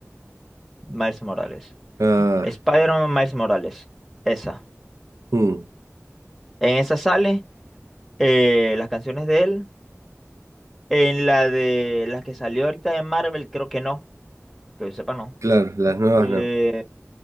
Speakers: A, in the centre; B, on the right.
A: Miles Morales.
B: Ah,
A: Spider-Man Miles Morales. Esa.
B: mm,
A: En esa sale eh, las canciones de él. En la de las que salió ahorita de Marvel, creo que no. Que yo sepa, no.
B: claro, las nuevas
A: Eh,
B: no.